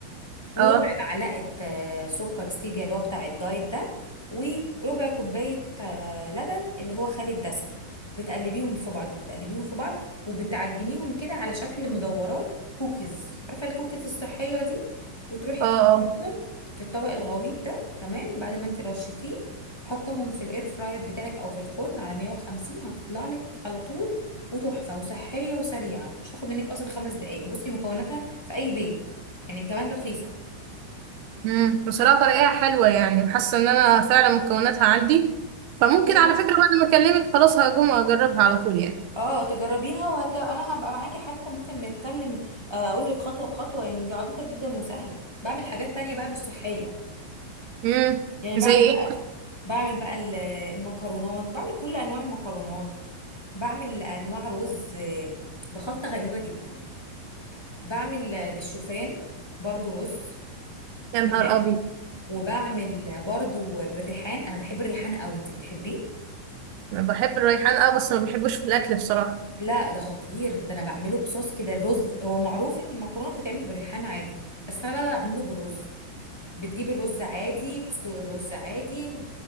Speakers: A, on the left; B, on the right.
A: وربع
B: اه
A: معلقة آه، سكر ستيفيا اللي هو بتاع الدايت ده وربع كوباية آه، لبن اللي هو خالي الدسم بتقلبيهم في بعض بتقلبيهم في بعض وبتعجنيهم كده على شكل مدورات كوكيز عارفة الكوكيز الصحية دي وتروحي
B: اه
A: حطيهم
B: اه
A: في الطبق الغويط ده تمام بعد ما انت رشيتيه حطهم في الاير فراير بتاعك او في الفرن على 150 هتطلع لك على طول وتحفة وصحية وسريعة مش هتاخد منك اصلا خمس دقايق بصي مكوناتها في اي بيت يعني كمان رخيصة
B: امم بصراحة طريقة حلوة يعني وحاسة ان انا فعلا مكوناتها عندي فممكن
A: ليه؟
B: على فكرة بعد ما اكلمك خلاص هقوم اجربها على طول يعني
A: اه تجربيها وهت... انا هبقى معاكي حتى ممكن نتكلم آه، اقول لك خطوه بخطوه يعني دي عبيطه جدا وسهله بعمل حاجات تانية بقى مش صحيه
B: امم
A: يعني بعمل
B: زي
A: بقى
B: ايه
A: بعمل بقى ال- المكرونات بعمل كل انواع المكرونات بعمل انواع رز آه، بخلطه غريبه جدا بعمل آه، بالشوفان برضو رز
B: يا
A: تمام
B: نهار ابيض
A: وبعمل برضو بالريحان انا بحب الريحان قوي انت بتحبيه
B: أنا بحب الريحان اه بس ما بحبوش في الاكل بصراحة
A: لا ده خطير ده انا بعمله بصوص كده الرز هو معروف ان المكرونه بتتعمل بالريحان عادي بس انا بقى بعمله بالرز بتجيبي الرز عادي بتسلقي الرز عادي